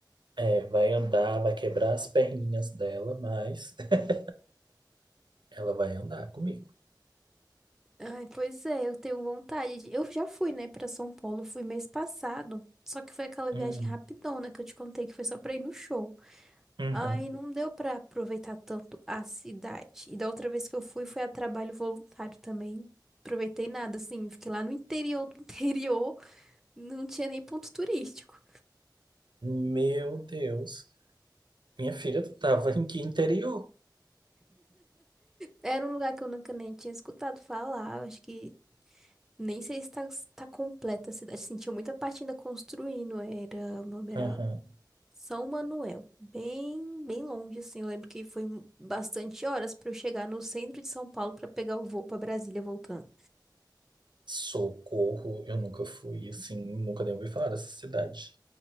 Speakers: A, on the right; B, in the centre.
A: é, vai andar, vai quebrar as perninhas dela, mas <laughs> ela vai andar comigo.
B: Ai, pois é, eu tenho vontade. de- Eu já fui, né, pra São Paulo, fui mês passado. Só que foi aquela
A: Hum,
B: viagem rapidona que eu te contei, que foi só pra ir no show.
A: uhum.
B: Aí não deu pra aproveitar tanto a cidade. E da outra vez que eu fui, foi a trabalho voluntário também. Aproveitei nada, assim, fiquei lá no interior do <laughs> interior, não tinha nem ponto turístico.
A: Meu Deus. Minha filha, tu tava em que interior?
B: Era um lugar que eu nunca nem tinha escutado falar, acho que nem sei se tá, se tá completa a cidade, assim, tinha muita parte ainda construindo, era, o nome era
A: Aham.
B: São Manuel, bem, bem longe, assim. Eu lembro que foi bastante horas para eu chegar no centro de São Paulo para pegar o voo para Brasília voltando.
A: Socorro, eu nunca fui, assim, nunca nem ouvi falar dessa cidade.